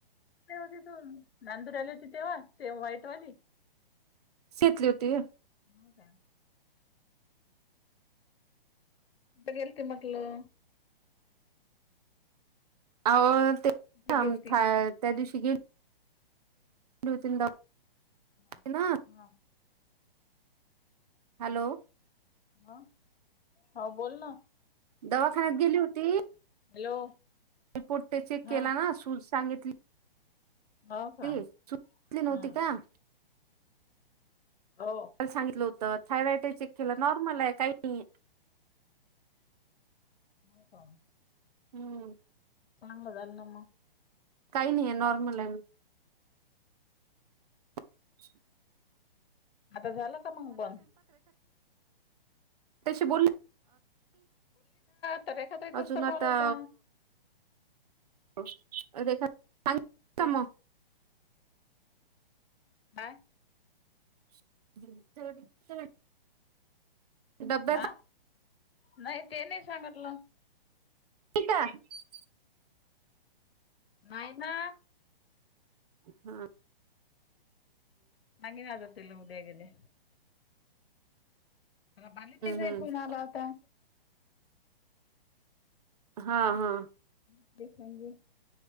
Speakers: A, on the left (about 85°); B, on the right (about 40°).
A: होती तू नंदूर आली होती तेव्हा ते वा्हाईटवाली.
B: शेतले होते.
A: हो का! ब गेल ते मगलं,
B: अ ते
A: कुठे
B: त्या
A: गेलती?
B: दिवशी गे <unintelligible>
A: हा
B: ना दवाखान्यात.
A: हा
B: हॅलो!
A: ह हा बोल ना!
B: दवाखान्यात गेली होती.
A: हॅलो!
B: रिपोर्ट ते चेक
A: हा
B: केला ना सू सांगितली.
A: होऊ का
B: सूज नव्हती
A: हा!
B: का
A: हो
B: ल सांगितलं होतं थायरॉइड चेक केला नॉर्मल आहे काही नाही.
A: हो का!
B: हम्म!
A: चांगलं जालना म
B: काही नाही आहे नॉर्मल आहे म. <unintelligible>
A: आता झालं का मंग बंद.
B: तसे बोल.
A: सकाळी सकाळी
B: अजून
A: तोच तो
B: आता
A: कॉल होता.
B: <unintelligible>
A: बााय
B: <unintelligible> डब्याचा.
A: हा नाही ते नाही सांगितलं.
B: <unintelligible>
A: नाही ना.
B: हा.
A: <unintelligible> उद्या गेले. मला बलिताईचा
B: हम्म
A: फोन आला होता.
B: हा हा
A: ां